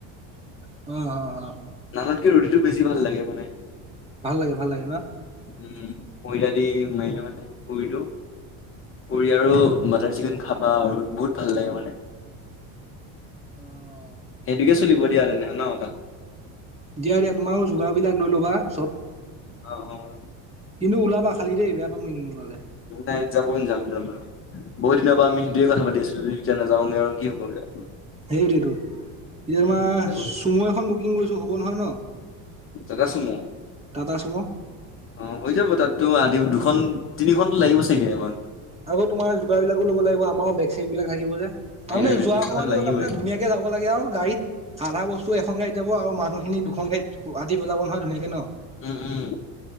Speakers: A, on the right; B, on the left.
A: অ' অ' অ'।
B: আনতকে ৰ'দীটো বেছি ভাল লাগে মানে।
A: ভাল লাগে ভাল লাগে ন'।
B: উম ময়দা দি মাৰিলে মানে পুৰিটো পুৰি আৰু বাটাৰ চিকেন খাবা আৰু বহুত ভাল লাগে মানে।
A: অ',
B: সেইটোকে চলিব দিয়া এনে ন' তাত
A: তেতিয়ায়া তোমাৰো যোগাৰ ৰবিলাক লৈ ল'বা চব
B: অ', অ'।
A: কিন্তু ওলাবা খালি দেই বেয়া পাম কিন্তু নোলালে।
B: অ নাই যাব ন যাম যাম। বহু দিনৰ পৰা আমি সেইটোয়ে কথা পাতি আছিলোতিয়া নাযাওঁগে আৰু কি হ'বগে আৰু।
A: হেইৰটোৱেতো এতিয়া তোমাৰ
B: উম যাব
A: চুমু এখন বুকিং কৰিছোঁ হ'ব নহয় ন'
B: টাটা চুমু
A: টাটা চুমু।
B: অ', হৈ যাব তাতো আ দুখন তিনিখনতো লাগিব চাগে আমাক।
A: আক তোমাৰ যোগাৰ বিলাকো ল'ব লাগিব আমাৰ সেইবিলাক থাকিব যে
B: সেইটো
A: তাৰমানে
B: সেইটো
A: যোৱা
B: তিনিখন
A: সময়তো
B: লাগিবই
A: তাৰমানে ধুনীয়াকে যাব লাগে আৰু গাড়ীত আধা বস্তু এখন গাড়ী যাব আৰু মানুহখিনি দুখন গাড়ীত আতিব পেলাব নহয় ধুনীয়াকে ন'।
B: উম উম।